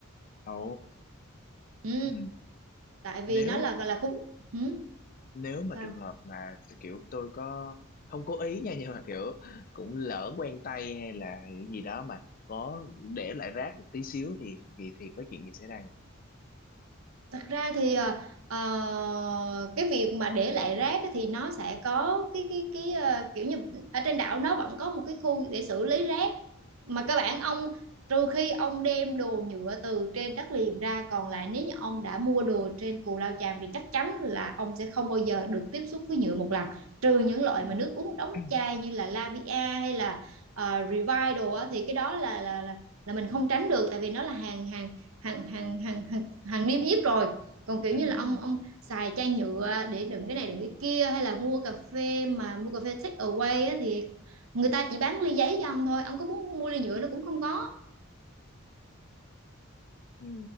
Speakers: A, on the left (about 40°); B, on the right (about 80°).
A: ồ
B: Ừ,
A: ừ
B: tại vì
A: nếu
B: nó là là khu ừ,
A: nếu mà
B: sao?
A: trường hợp mà kiểu tôi có không cố ý nha nhưng mà kiểu cũng lỡ quen tay hay là gì đó mà có để lại rác một tí xíu thì thì thì có chuyện gì xảy ra nhỉ
B: Thật ra thì ờ, ờ, cái việc mà để lại rác á thì nó sẽ có cái cái cái ờ, kiểu như ở trên đảo nó vẫn có một cái khu để xử lý rác mà các bạn ông trừ khi ông đem đồ nhựa từ trên đất liền ra còn lại nếu như ông đã mua đồ trên Cù Lao Chàm thì chắc chắn là ông sẽ không bao giờ được tiếp xúc với nhựa một lần trừ những loại
A: ừ.
B: mà nước uống đóng
A: <clears throat>
B: chai như là Lavia hay là uh, Revive đồ á, thì cái đó là là là là mình không tránh được tại vì nó là hàng hàng hàng hàng hàng hàng niêm yết rồi còn kiểu
A: Ừ,
B: như là ông
A: ừ,
B: ông xài chai nhựa để đựng cái này đựng cái kia hay là mua cà phê mà mua cà phê take away á, thì người ta chỉ bán ly giấy cho ông thôi ông có muốn mua ly nhựa nó cũng không có
A: ừ.